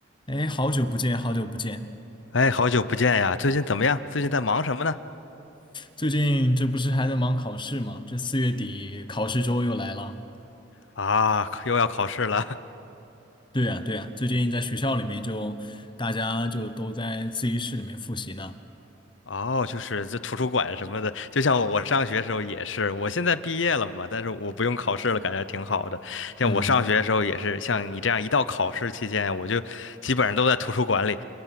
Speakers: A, on the left; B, on the left.
A: 哎，好久不见，好久不见。
B: 哎，好久不见呀！最近怎么样？最近在忙什么呢？
A: 最近这不是还在忙考试吗？这四月底考试周又来了。
B: 啊，又要考试了。<laughs>
A: 对呀，对呀，最近在学校里面就大家就都在自习室里面复习呢。
B: 哦，就是这图书馆什么的，就像我上学时候也是，我现在毕业了嘛，但是我不用考试了，感觉挺好的。像我上学的时候也是，
A: 嗯，
B: 像你这样一到考试期间，我就基本上都在图书馆里，